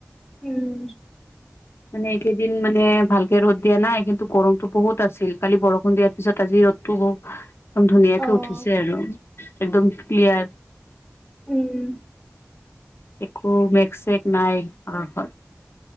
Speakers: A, in the centre; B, on the left (about 60°).
A: উম।
B: মানে এইকেইদিন মানে ভালকে ৰ'দ দিয়া নাই কিন্তু গৰমতটো বহুত আছিল, কালি বৰষুণ দিয়াৰ পিছত আজি ৰ'দটো বহুত ধুনীয়া কে
A: অ',
B: উঠিছে আৰু একদম ক্লিয়াৰ।
A: উম।
B: একো মেঘ চেঘ নাই আমাৰ ঘৰত।